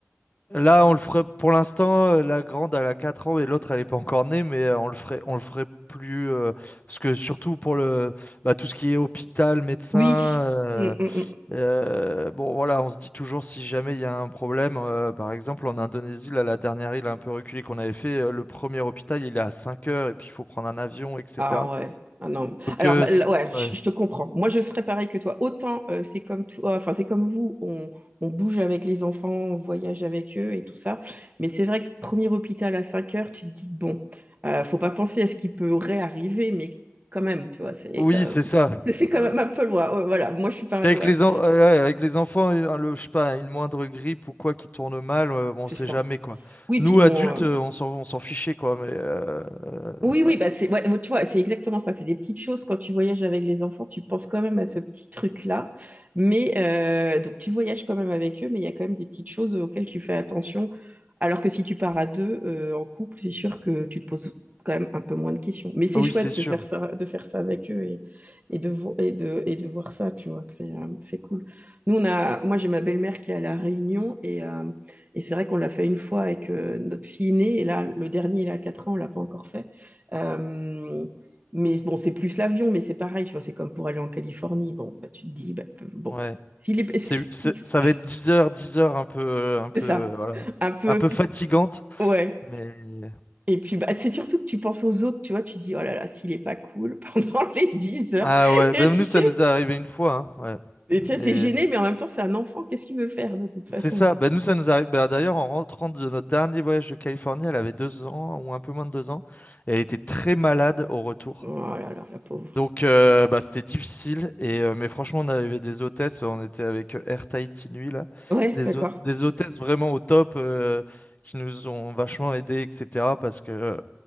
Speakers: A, on the left (about 35°); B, on the right (about 35°).
A: Là, on le ferait, pour l'instant, euh, la grande, elle a 4 ans et l'autre, elle n'est pas encore née, mais euh, on le ferait, on le ferait plus, euh, parce que surtout pour le, bah, tout ce qui est hôpital, médecin,
B: oui.
A: euh,
B: Mm, mm, mm.
A: euh, bon, voilà, on se dit toujours si jamais il y a un problème. euh, par exemple, en Indonésie, là, la dernière île un peu reculée qu'on avait fait, euh, le premier hôpital, il est à 5 heures et puis il faut prendre un avion, etc.
B: Ah ouais, ah non.
A: Donc,
B: Alors
A: euh,
B: bah,
A: c-
B: là, ouais, je,
A: ouais.
B: je te comprends. Moi, je serais pareil que toi. Autant euh, c'est comme toi, enfin c'est comme vous, on, on bouge avec les enfants, on voyage avec eux et tout ça. Mais c'est vrai que premier hôpital à 5 heures, tu te dis bon, euh, faut pas penser à ce qui pourrait arriver, mais quand même, tu vois, c'est
A: Oui,
B: quand même,
A: c'est ça.
B: <laughs> c'est quand
A: Euh,
B: même un peu loin. Ouais, voilà, moi je suis pareil.
A: parce qu'avec
B: Ouais,
A: les, en- euh, ouais, avec les enfants, euh, le- je sais pas, une moindre grippe ou quoi qui tourne mal, euh, on
B: c'est
A: sait
B: ça.
A: jamais, quoi.
B: Oui,
A: Nous,
B: puis bon.
A: adultes,
B: euh,
A: euh, on s'en on s'en fichait, quoi. Mais euh, euh,
B: Oui, oui,
A: ouais.
B: bah c'est, ouais, tu vois, c'est exactement ça. C'est des petites choses. Quand tu voyages avec les enfants, tu penses quand même à ce petit truc-là. Mais euh, donc, tu voyages quand même avec eux, mais il y a quand même des petites choses auxquelles tu fais attention. Alors que si tu pars à deux euh, en couple, c'est sûr que tu te poses quand même un peu moins de questions. Mais c'est
A: Ah oui,
B: chouette
A: c'est sûr.
B: de faire ça, de faire ça avec eux et, et de, vo- et, de, et de voir ça, tu vois. C'est euh, c'est cool. Nous, on a, moi, j'ai ma belle-mère qui est à La Réunion et, euh, et c'est vrai qu'on l'a fait une fois avec euh, notre fille aînée. Et là, le dernier, il a 4 ans, on l'a pas encore fait. Euh, mais bon, c'est plus l'avion, mais c'est pareil, tu vois, c'est comme pour aller en Californie. Bon, bah, tu te dis, bah, bon,
A: Ouais.
B: s'il est-
A: C'est, c'est-
B: <laughs>
A: ça va être 10 heures, 10 heures un peu, un peu,
B: c'est ça,
A: voilà,
B: un peu,
A: un peu fatigante.
B: ouais.
A: Mais...
B: Et puis, bah, c'est surtout que tu penses aux autres, tu vois, tu te dis, oh là là, s'il est pas cool <laughs> pendant les 10 heures.
A: Ah ouais,
B: Et
A: ben
B: tu
A: nous
B: sais,
A: ça nous est arrivé une fois, hein, ouais.
B: et tu vois, t'es
A: Et
B: gêné, mais en même temps, c'est un enfant, qu'est-ce qu'il veut faire de toute façon?
A: c'est ça, ben nous ça nous arrive. ben d'ailleurs en rentrant de notre dernier voyage de Californie, elle avait deux ans ou un peu moins de deux ans, et elle était très malade au retour.
B: Oh là là, la pauvre.
A: Donc euh, bah, c'était difficile, et, euh, mais franchement on avait des hôtesses, on était avec euh, Air Tahiti Nui là,
B: Ouais,
A: des,
B: d'accord.
A: hô- des hôtesses vraiment au top. euh, qui nous ont vachement aidés, etc. Parce que, euh,